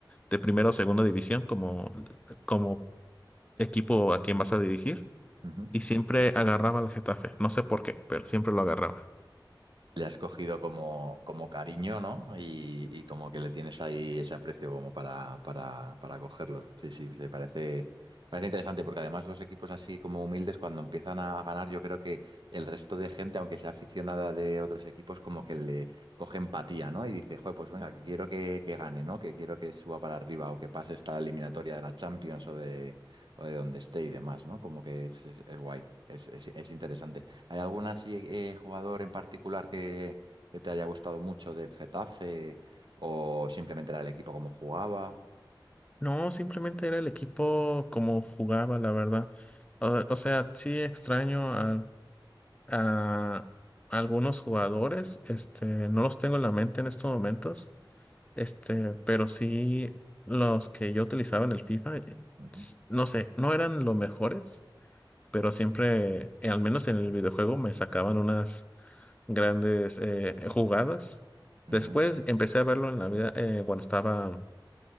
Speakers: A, on the left (about 15°); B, on the right (about 65°).
A: de primera o segunda división como, como equipo a quien vas a dirigir.
B: ujú.
A: Y siempre agarraba al Getafe. No sé por qué, pero siempre lo agarraba.
B: le has cogido como, como cariño, ¿no? Y, y como que le tienes ahí ese aprecio como para, para, para cogerlo. Sí, sí, se parece, parece interesante porque además los equipos así como humildes cuando empiezan a ganar, yo creo que el resto de gente, aunque sea aficionada de otros equipos, como que le coge empatía, ¿no? Y dice, joder, pues venga, que quiero que, que gane, ¿no? Que quiero que suba para arriba o que pase esta eliminatoria de la Champions o de, o de donde esté y demás, ¿no? Como que es, es- es guay, es, es es interesante. ¿Hay algún así eh, jugador en particular que, que te haya gustado mucho del Getafe o simplemente era el equipo como jugaba?
A: No, simplemente era el equipo como jugaba, la verdad. O, o sea, sí extraño a algunos jugadores. Este, no los tengo en la mente en estos momentos. Este, pero sí los que yo utilizaba en el FIFA, eh,
B: Ujú,
A: s- no sé, no eran los mejores, pero siempre, eh, al menos en el videojuego, me sacaban unas grandes eh, jugadas.
B: ujú.
A: Después empecé a verlo en la vida eh, cuando estaba